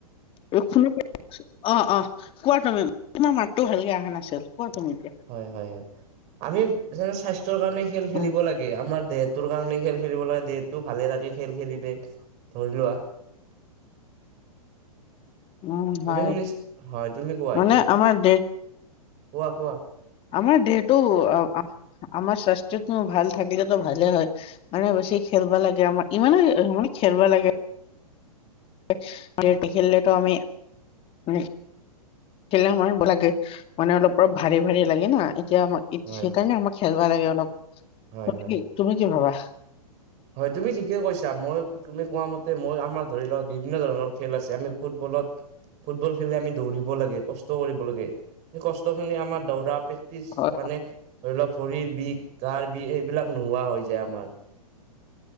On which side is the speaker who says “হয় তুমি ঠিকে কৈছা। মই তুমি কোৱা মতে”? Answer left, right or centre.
Right